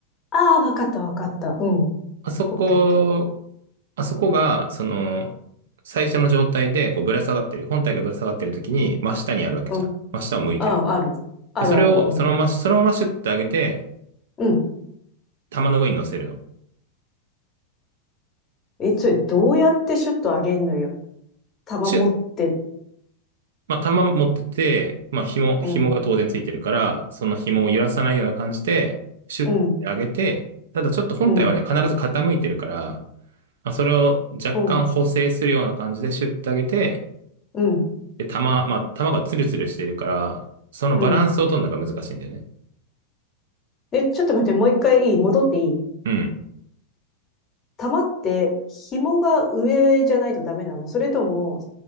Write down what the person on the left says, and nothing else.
ああ、わかったわかった。うん。
オッケーオッケー。
うん。
ああ、ある。あるある。
うん。
うん。
え、それどうやってシュッと上げんのよ。玉持って。
うん。
うん。
うん。
うん。うん。
うん。え、ちょっと待って、もう一回いい戻っていい
玉って紐が上じゃないとダメなのそれとも、